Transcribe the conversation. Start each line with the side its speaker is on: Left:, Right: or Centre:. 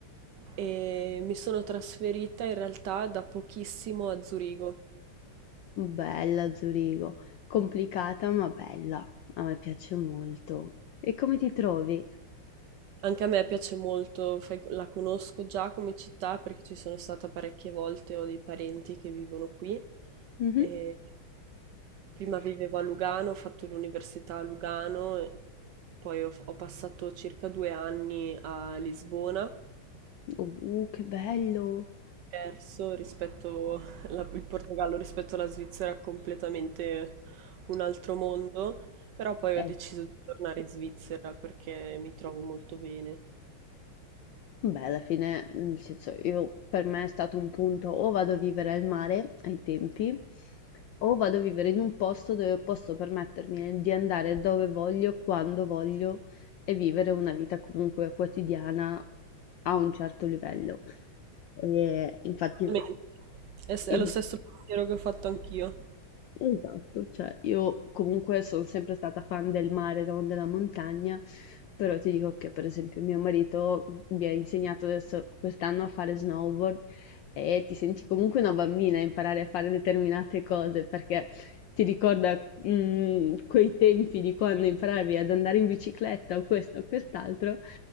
Right: e mi sono trasferita in realtà da pochissimo a Zurigo.
Left: bella Zurigo, complicata ma bella, a me piace molto. E come ti trovi?
Right: Anche a me piace molto, fai- la conosco già come città perché ci sono stata parecchie volte, ho dei parenti che vivono qui.
Left: Mhm.
Right: E prima vivevo a Lugano, ho fatto l'università a Lugano, e poi ho, ho passato circa due anni a Lisbona
Left: Oh, Uh, che bello!
Right: Perso rispetto <laughs> la- il Portogallo rispetto alla Svizzera è completamente un altro mondo, però poi
Left: Eh,
Right: ho deciso di tornare in Svizzera perché mi trovo molto bene.
Left: beh, alla fine, nel senso, io per me è stato un punto o vado a vivere al mare ai tempi, o vado a vivere in un posto dove posso permettermi di andare dove voglio, quando voglio e vivere una vita comunque quotidiana a un certo livello. E infatti,
Right: Bene. È, s- è
Left: in-
Right: lo stesso pensiero che ho fatto anch'io.
Left: Esatto, cioè io comunque son sempre stata fan del mare, non della montagna, però ti dico che per esempio mio marito mi ha insegnato adesso quest'anno a fare snowboard e ti senti comunque una bambina a imparare a fare determinate cose perché ti ricorda mm, quei tempi di quando imparavi ad andare in bicicletta o questo o quest'altro